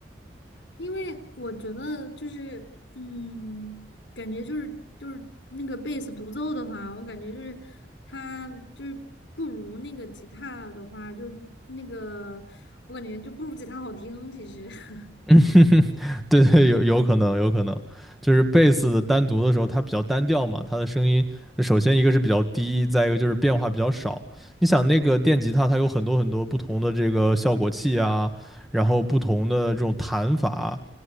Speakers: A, on the left; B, in the centre.
A: 因为我觉得就是，嗯，感觉就是就是那个贝斯独奏的话，我感觉就是它就是不如那个吉他的话，就是那个我感觉就不如吉他好听。其实，<laughs>
B: 嗯，<laughs> 对对，有有可能，有可能，就是贝斯单独的时候，它比较单调嘛，它的声音呃首先一个是比较低，再一个就是变化比较少。你想那个电吉他，它有很多很多不同的这个效果器啊，然后不同的这种弹法啊。